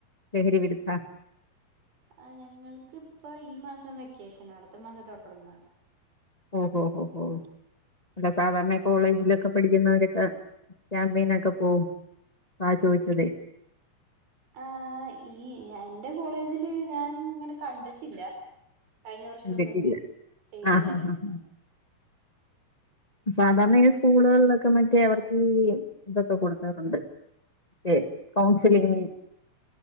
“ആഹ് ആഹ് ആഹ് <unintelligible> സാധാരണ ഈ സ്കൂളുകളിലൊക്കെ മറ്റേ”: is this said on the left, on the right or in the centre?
Left